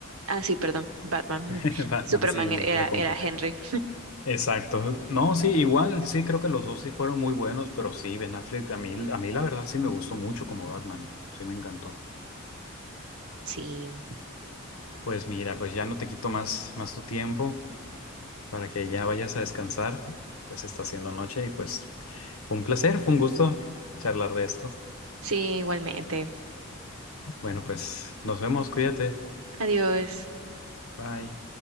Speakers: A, on the right (about 75°); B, on the left (about 80°).
A: Ah, sí, perdón, Batman. <laughs>
B: <laughs> Batman,
A: Superman
B: sí,
A: era,
B: me confundo.
A: era Henry.
B: Exacto. No, sí, igual, sí, creo que los dos sí fueron muy buenos, pero sí, Ben Affleck, a mí, a mí la verdad sí me gustó mucho como Batman. Sí, me encantó.
A: Sí,
B: Pues mira, pues ya no te quito más, más tu tiempo. para que ya vayas a descansar. Ya se está haciendo noche y pues fue un placer, fue un gusto charlar de esto.
A: sí, igualmente.
B: Bueno, pues nos vemos, cuídate.
A: Adiós.
B: Bye.